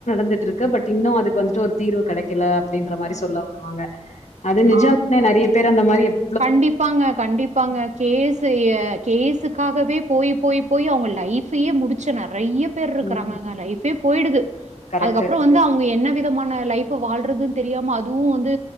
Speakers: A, on the left; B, on the right.
A: ந்துட்ருக்கு பட் இன்னூ அதுக்கு வந்துட்டு ஒரு தீர்வு கடைக்கில ப்டின்ற மாரி
B: ம்.
A: சொல்ல வருவாங்க அது நிஜோ
B: ஆ
A: தா நறையா பேர் அந்த மாரி இப்
B: கண்டிப்பாங்க கண்டிப்பாங்க கேசு எ கேஸுக்காகவே போய் போய் போய் அவங்க லைஃப்பையே முடிச்ச நறைய பேர்ருக்குறாங்கங்க
A: ம்.
B: லைஃப்பே போயிடுது
A: கரெக்ட்டு.
B: அதுக்கப்புறோ வந்து அவங்க என்னவே த்தமான லைஃப்பு வாழ்றதுன் தெரியாம அதுவு வந்து